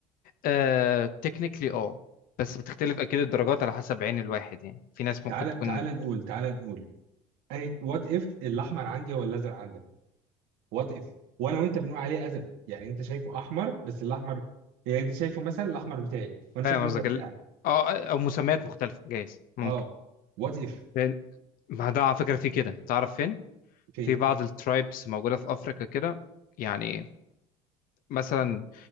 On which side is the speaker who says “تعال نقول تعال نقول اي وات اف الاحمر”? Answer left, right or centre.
Right